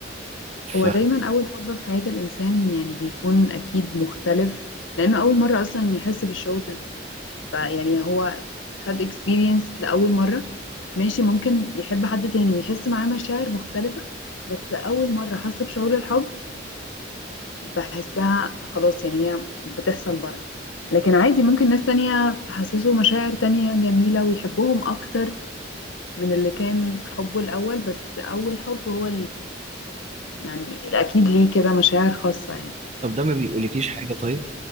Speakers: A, on the right; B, on the left.
A: ف
B: هو دايما اول حب في حياة الانسان يعني بيكون اكيد مختلف لانه اول مرة اصلا يحس بالشعور ده فيعني هو خد اكسبيرينس لاول مرة ماشي ممكن يحب حد تاني ويحس معاه مشاعر مختلفة بس اول مرة حس بشعور الحب بحسها خلاص يعني هي بتحصل بره لكن عادي ممكن ناس تانية تحسسه مشاعر تانية جميلة ويحبهم اكتر من اللي كان حبه الاول بس اول حب هو يعني أكيد ليه كده مشاعر خاصة يعني
A: طب ده ما بيقولكيش حاجه طيب